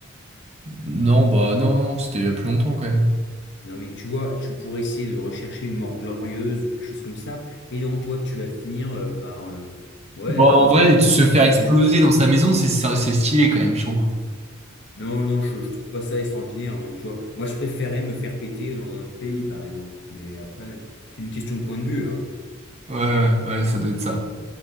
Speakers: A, on the right (about 30°); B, on the left (about 60°).
A: non, bah non, non, c'était il y a plus longtemps quand même.
B: Non, mais tu vois, tu pourrais essayer de rechercher une mort glorieuse ou quelque chose comme ça, et dans toi, tu vas finir euh, par euh, ouais,
A: Bon, en
B: mourir
A: vrai,
B: d'un
A: se
B: accident
A: faire exploser
B: ménager.
A: dans sa maison, c'est c'est c'est stylé quand même, je trouve.
B: Non, non, je, je trouve pas ça extraordinaire, non, tu vois. Moi, je préférais me faire péter dans un autre pays, par exemple. Mais après, c'est une question de point de vue, hein.
A: Ouais, ouais, ouais, ça doit être ça.